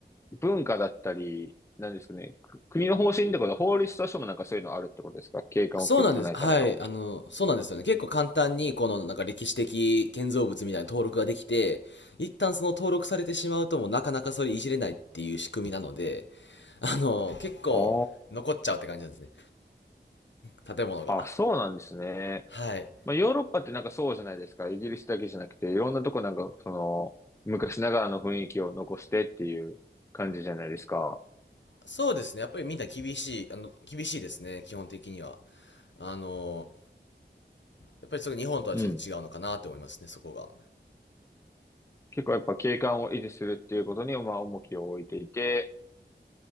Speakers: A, on the left; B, on the left.
A: 文化だったり、なんですかね、く国の方針ってことは法律としてもなんかそういうのあるってことですか景観を崩さないための。
B: そうなんです。はい。あの、そうなんですよね。結構簡単に、このなんか歴史的建造物みたいな登録ができて、一旦その登録されてしまうともうなかなかそれいじれないっていう仕組みなので、あの、結構残っちゃうって感じなんですね。
A: あ
B: 建物が。
A: あ、あ、そうなんですね。
B: はい。
A: まあ、ヨーロッパってなんかそうじゃないですか。イギリスだけじゃなくて、いろんなとこなんか、その、昔ながらの雰囲気を残してっていう感じじゃないですか。
B: そうですね。やっぱりみんな厳しい、あの、厳しいですね。基本的には。あの、やっぱりそれ日本とはちょっと違うのかなって思いますね、
A: うん。
B: そこが。
A: 結構やっぱ景観を維持するっていうことに、まあ、重きを置いていて、